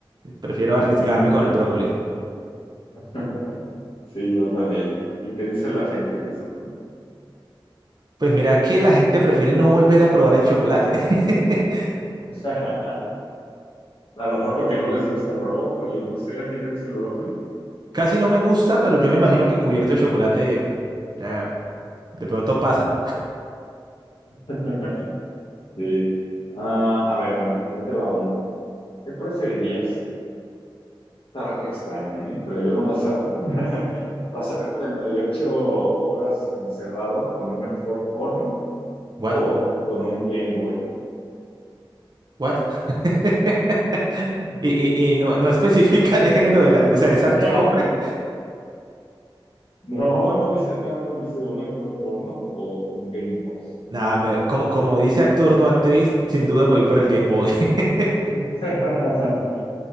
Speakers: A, on the right; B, on the left.
A: Prefiero arriesgarme
B: Ujú,
A: con el brócoli.
B: Sí. <laughs> Sí, yo también. ¿Y qué dice la gente de esa pregunta?
A: Pues mira que la gente prefiere no volver a probar el chocolate. <laughs>
B: <laughs> A lo mejor porque no les gusta el brócoli o no sé, ¿a ti te gusta el brócoli?
A: Casi no me gusta, pero yo me imagino que cubierto de chocolate, ah, de pronto pasa.
B: <laughs> Sí. Ah, a ver, bueno, ahí te va una. ¿Qué preferirías? estar extraña, ¿eh? Pero yo no las hago. <laughs> Pasar 48 horas encerrado con un actor porno
A: What?
B: o con un Game Boy.
A: What? <laughs> Y, y, y no, no <laughs> especifica
B: <laughs>
A: el género del actor, o sea, es
B: No,
A: actor hombre.
B: no, no dice nada, no dice un actor porno o un Game Boy.
A: Nada, me- como, como dice actor, no actriz, sin duda me voy por el Game Boy. <laughs>
B: <laughs>